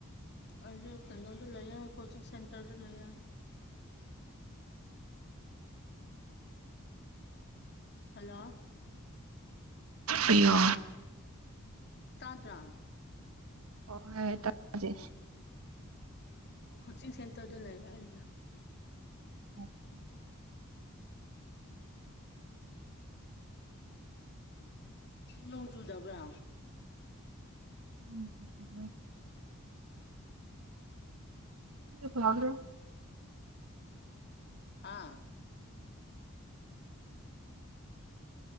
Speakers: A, on the left; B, on the right.
A: ꯑꯗ ꯀꯩꯅꯣꯗ ꯂꯩ ꯀꯣꯆꯤꯡ ꯁꯦꯟꯇꯔꯗ ꯂꯩꯌꯦ ꯍꯜꯂꯣ
B: ꯑꯩ ꯌ
A: ꯇꯥꯗ꯭ꯔ
B: ꯑꯣ ꯍꯣꯏ <unintelligible> ꯇꯖꯦ
A: ꯀꯣꯆꯤꯡ ꯁꯦꯟꯇꯔ ꯗꯨ ꯂꯩ ꯏꯗ
B: ꯎ <inaudible>
A: ꯅꯣꯡ ꯆꯨꯗꯕ꯭ꯔ
B: ꯎꯝ ꯎꯚꯥꯏ <inaudible> ꯐꯥꯕ꯭ꯔꯣ <inaudible>
A: ꯍꯥꯥ